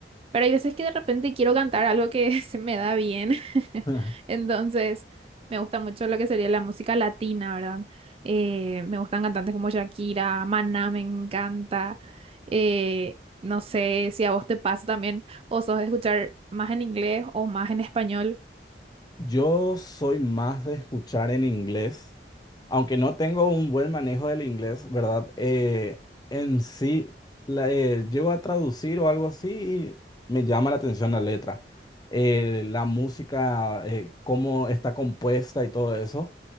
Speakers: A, on the right; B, on the left.
A: Pero hay veces que de repente quiero cantar algo que <laughs> se me da bien,
B: <laughs>
A: <laughs> entonces me gusta mucho lo que sería la música latina, ¿verdad? Eh, me gustan cantantes como Shakira, Maná me encanta, eh, no sé si a vos te pasa también, o sos de escuchar más en inglés o más en español.
B: Yo soy más de escuchar en inglés, aunque no tengo un buen manejo del inglés, ¿verdad? Eh, en sí, la, eh, llego a traducir o algo así y me llama la atención la letra. Eh, la música, eh, cómo está compuesta y todo eso.